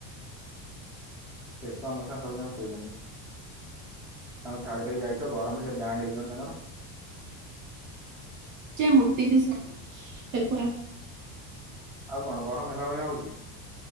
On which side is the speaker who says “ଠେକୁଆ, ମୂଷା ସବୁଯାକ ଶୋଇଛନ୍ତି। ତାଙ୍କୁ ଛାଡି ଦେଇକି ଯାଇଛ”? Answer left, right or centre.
Centre